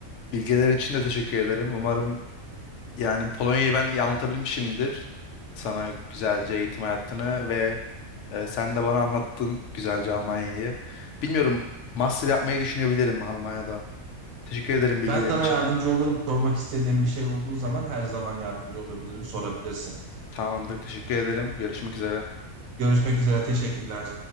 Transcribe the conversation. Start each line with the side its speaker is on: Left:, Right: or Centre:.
Left: Bilgilerin için de teşekkür ederim. Umarım Yani Polonya'yı ben iyi anlatabilmişimdir. Sana güzelce eğitim hayatını ve e, sen de bana anlattın güzelce Almanya'yı. Bilmiyorum master yapmayı düşünebilirim Almanya'da. Teşekkür ederim bilgilerin
Right: Ben sana
Left: için.
Right: yardımcı olurum. Sormak istediğim bir şey olduğu zaman her zaman yardımcı olabilirim, sorabilirsin.
Left: Tamamdır, teşekkür ederim. Görüşmek üzere.
Right: Görüşmek üzere, teşekkürler.